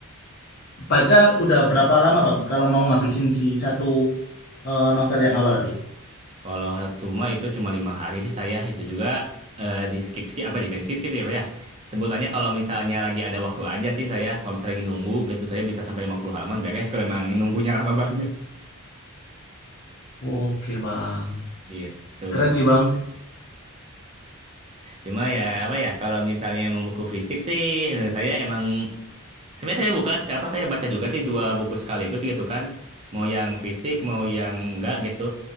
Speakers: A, on the left (about 50°); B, on the right (about 25°).
A: Baca udah berapa lama Bang kalau mau ngabisin si satu eh, novel yang awal tadi?
B: kalau satu mah itu cuma lima hari sih saya itu juga eh, di skip skip apa bukan di skip skip ya Pak, ya sebutannya kalau misalnya lagi ada waktu aja sih saya kalau misalnya lagi nunggu gitu saya bisa sampai 50 halaman beres kalau emang nunggunya lama <laughs> banget
A: Oke Bang,
B: gitu
A: keren sih
B: kalau
A: Bang.
B: saya Cuma ya apa ya kalau misalnya emang buku fisik sih menurut saya emang Sebenarnya saya buka apa saya baca juga sih dua buku sekaligus gitu kan. Mau yang fisik, mau yang enggak gitu.